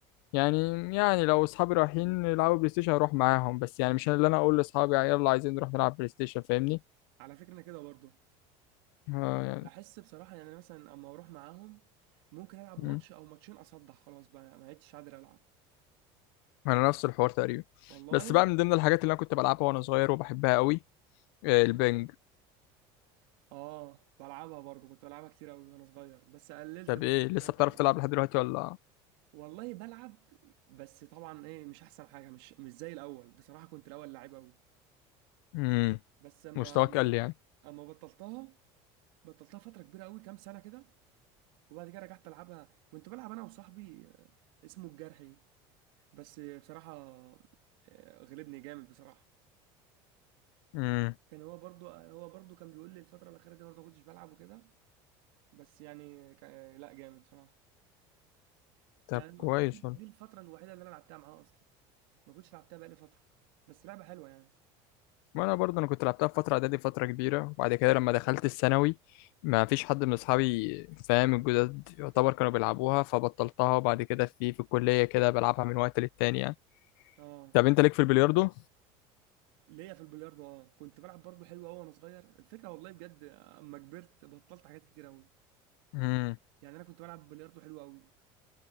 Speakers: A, on the left; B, on the right.
A: يعني يعني لو أصحابي رايحين يلعبوا بلاي ستيشن هروح معاهم بس يعني مش أنا اللي أنا أقول لأصحابي يلا عايزين نروح نلعب بلاي ستيشن فاهمني؟
B: على فكره انا كده برضه
A: آه يعني
B: بحس بصراحه يعني أنا مثلا اما اروح معاهم ممكن العب
A: مم.
B: ماتش او ماتشين اصدع خلاص بقى ما بقتش قادر العب
A: أنا نفس الحوار تقريبا
B: والله
A: بس بقى من ضمن الحاجات اللي أنا كنت بلعبها وأنا صغير وبحبها أوي آه، البنج
B: اه بلعبها برضه كنت بلعبها كتير قوي وانا صغير بس قللت
A: طب
B: برضه
A: إيه لسه
B: في
A: بتعرف
B: الفتره
A: تلعب لحد دلوقتي ولا؟
B: والله بلعب بس طبعا ايه مش احسن حاجه مش مش زي الاول بصراحه كنت الاول لعيب قوي
A: مم.
B: بس اما
A: مستواك قل يعني
B: اما بطلتها بطلتها فتره كبيره قوي كام سنه كده وبعد كده رجعت العبها كنت بلعب انا وصاحبي آه، اسمه الجرحي بس بصراحه آه، غلبني جامد بصراحه
A: مم.
B: كان هو برضو آه، هو برضو كان بيقول لي الفتره الاخيره دي برضو ما كنتش بلعب وكده بس يعني كا- لا جامد بصراحه
A: طب
B: يعني
A: كويس
B: دي
A: والله
B: دي الفتره الوحيده اللي انا لعبتها معاه اصلا ما كنتش لعبتها بقالي فتره بس لعبه حلوه يعني
A: ما انا برضه انا كنت لعبتها في فتره اعدادي فتره كبيره وبعد كده لما دخلت الثانوي ما فيش حد من اصحابي فاهم الجداد يعتبر كانوا بيلعبوها فبطلتها وبعد كده في في الكليه كده بلعبها من وقت للتاني يعني
B: اه
A: طب انت ليك في البلياردو
B: ليا في البلياردو اه كنت بلعب برضه حلو قوي وانا صغير الفكره والله بجد اما كبرت بطلت حاجات كتير قوي
A: امم
B: يعني انا كنت بلعب بلياردو حلو قوي